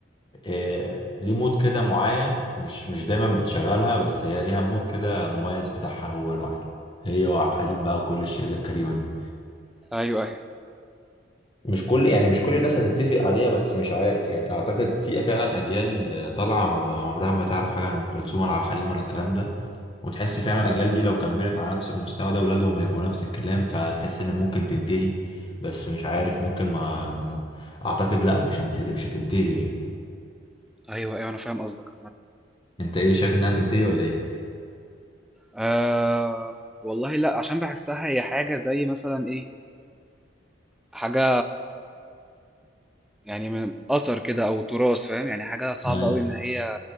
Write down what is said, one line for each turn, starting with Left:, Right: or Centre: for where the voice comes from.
Left: آه، ليه مود كده معين مش مش دايما بتشغلها بس هي ليها مود كده مميز بتاعها هو لوحده هي وعبد الحليم بقى وكل الشله الكريمه دي
Centre: ايوه ايوه
Left: مش كل يعني مش كل الناس هتتفق عليها بس مش عارف يعني اعتقد في فعلا اجيال آه، طالعه ما- عمرها ما تعرف حاجه عن ام كلثوم ولا عبد الحليم ولا الكلام ده وتحس فعلا الاجيال دي لو كملت على نفس المستوى ده اولادهم هيبقوا نفس الكلام فتحس ان ممكن تنتهي بس مش عارف ممكن ما, ما اعتقد لا مش هتنتهي مش هتنتهي
Centre: ايوه ايوه انا فاهم قصدك
Left: انت ايه شايف انها تنتهي ولا
Centre: آه والله لا عشان بحسها هي حاجة زي مثلا ايه حاجة يعني من أثر كده أو تراث فاهم يعني حاجة صعبة
Left: ايه؟
Centre: أوي إن هي